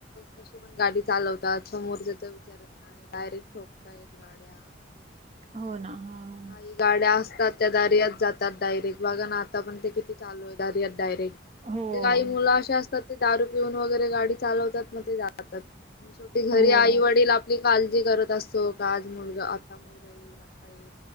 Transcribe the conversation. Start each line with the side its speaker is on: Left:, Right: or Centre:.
Left: कशी पण गाडी चालवतात. समोरच विचारत नाही डायरेक्ट ठोक ताईत गाड्या.
Right: हो ना. हा
Left: काही गाड्या असतात त्या दारियातात जातात डायरेक्ट. बघा आताण किती चालू आहे दरित डायरेक्ट.
Right: हो
Left: म्हणजे काही मुलं अे असतात. की दारू पिऊन वगैरे गाडी चालवतात मग ते जातात. छोटी घरी
Right: हो
Left: आई-वडील आपली काळजी करत असतो. का आज मुलगा आता मुलगा येईल. आता येईल.